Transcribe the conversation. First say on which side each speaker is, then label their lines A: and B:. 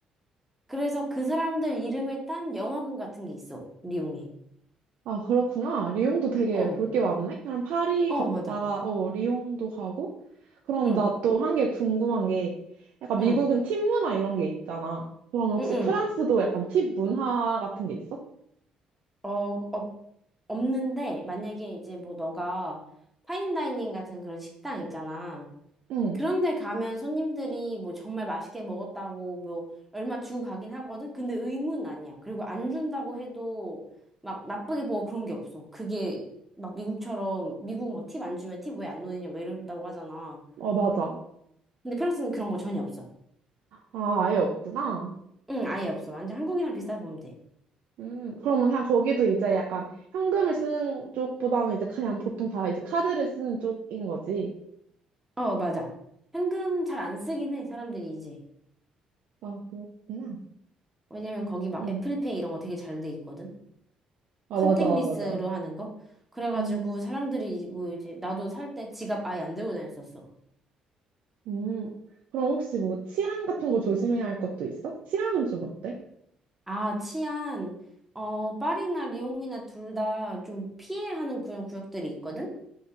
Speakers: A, in the centre; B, on the right.
A: 그래서 그 사람들 이름을 딴 영화관 같은 게 있어. 리옹에.
B: 아, 그렇구나. 리옹도 되게
A: 어,
B: 볼 게 많네. 그럼 파리
A: 어,
B: 갔다가,
A: 맞아.
B: 어, 리옹도 가고. 그러면
A: 응,
B: 나 또 한 게 궁금한 게, 약간 미국은
A: 응,
B: 팁 문화 이런 게 있잖아. 그럼 혹시
A: 응, 응.
B: 프랑스도 약간 팁 문화 같은 게 있어?
A: 어, 어, 없는데 만약에 이제 뭐 너가 파인다이닝 같은 그런 식당 있잖아.
B: 응.
A: 그런데 가면 손님들이 뭐 정말 맛있게 먹었다고 뭐 얼마 주고 가긴 하거든? 근데 의무는 아니야. 그리고 안 준다고 해도 막 나쁘게 보고 그런 게 없어. 그게 막 미국처럼 미국 막 팁 안 주면 팁 왜 안 넣느냐 막 이런다고 하잖아.
B: 어, 맞아.
A: 근데 프랑스는 그런 거 전혀 없어.
B: 아, 아예 없구나.
A: 응, 아예 없어. 완전 한국이랑 비슷하게 보면 돼.
B: 음, 그러면 그냥 거기도 이제 약간 현금을 쓰는 쪽보다는 이제 그냥 보통 다 이제 카드를 쓰는 쪽인 거지.
A: 어, 맞아. 현금 잘 안 쓰긴 해, 사람들이 이제.
B: 아, 그렇구나.
A: 왜냐면 거기 막
B: 응.
A: 애플페이 이런 거 되게 잘 돼 있거든?
B: 아,
A: 컨택리스로
B: 맞아, 맞아.
A: 하는 거? 그래가지고
B: 응.
A: 사람들이 이- 뭐 이제 나도 살 때 지갑 아예 안 들고 다녔었어.
B: 음, 그럼 혹시 뭐 치안 같은 거 조심해야 할 것도 있어? 치안은 좀 어때?
A: 아, 치안. 어, 파리나 리옹이나 둘 다 좀 피해 하는 그런 구역들이 있거든?